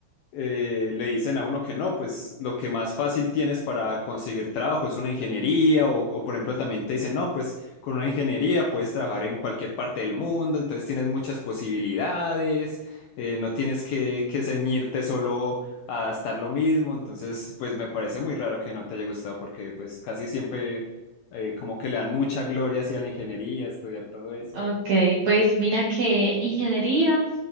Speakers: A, on the left (about 75°); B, on the right (about 60°).
A: eh, le dicen a uno que no, pues lo que más fácil tienes para conseguir trabajo es una ingeniería o, o, por ejemplo también te dicen, no, pues con una ingeniería puedes trabajar en cualquier parte del mundo, entonces tienes muchas posibilidades, eh, no tienes que, que ceñirte solo a estar lo mismo, entonces pues me parece muy raro que no te haya gustado porque pues casi siempre eh, como que le dan mucha gloria hacia la ingeniería, estudiar todo eso.
B: Ok, pues mira que ingeniería